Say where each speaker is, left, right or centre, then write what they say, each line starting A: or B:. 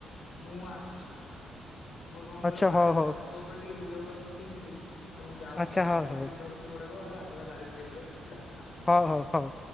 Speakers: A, on the left (about 55°); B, on the left (about 20°).
A: ମୁଁ ଆସୁଛି। ମୁଁ କଣ କହିଲ
B: ଆଚ୍ଛା
A: ବାହାରେ
B: ହଉ ହଉ
A: ଛାତ ଉପରେ ଟିକେ ଲୁଗା କ ଶୁଖେଇଥିଲି ତ ମୁଁ ଯାଉଛି
B: ଆଚ୍ଛା
A: ଆଣିକି
B: ହଉ ହଉ
A: ଆସି ଲୁଗା ପତ ତର ଗୁଡାକ ହେଲା ନହଲେ ଗାଳି ଖାଇବି ଘରେ ହେଲା। ଆସୁଛି ହେଲା।
B: ହଁ ହଁ ହଉ